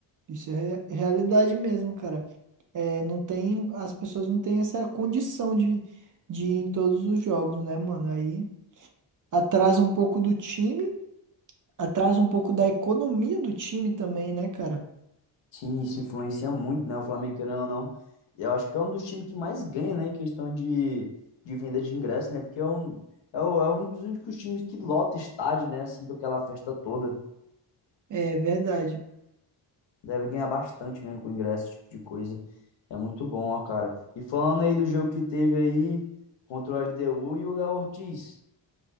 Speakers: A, on the right (about 45°); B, on the left (about 70°).
A: Isso é re- realidade mesmo, cara. É, não tem, as pessoas não têm essa condição de, de ir em todos os jogos, né, mano? Aí atrasa um pouco do time, atrasa um pouco da economia do time também, né, cara?
B: Sim, isso influencia muito, né? O Flamengo, querendo ou não, eu acho que é um dos times que mais ganha, né, em questão de, de venda de ingresso, né? Porque é um, é, o- é um dos únicos times que lota estádio, né, assim, com aquela festa toda.
A: É verdade.
B: Deve ganhar bastante mesmo com ingresso, esse tipo de coisa. É muito bom, ó, cara. E falando aí do jogo que teve aí contra o LDU e o Léo Ortiz.